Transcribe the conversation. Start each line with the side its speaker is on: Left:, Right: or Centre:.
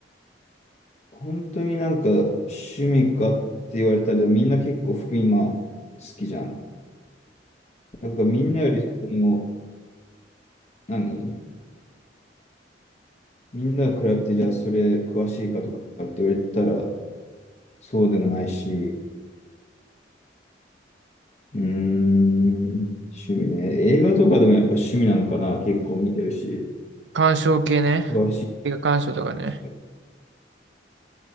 Left: 本当になんか趣味かって言われたら、みんな結構服今好きじゃん。だからみんなよりその、何みんなが比べて、じゃあそれ詳しいかとかって言われたら、そうでもないし、うーん、趣味ね。映画とかでもやっぱ趣味なのかな。結構見てるし、
Right: 鑑賞系ね。
Left: 詳しい
Right: 映画鑑賞とかね。
Left: し。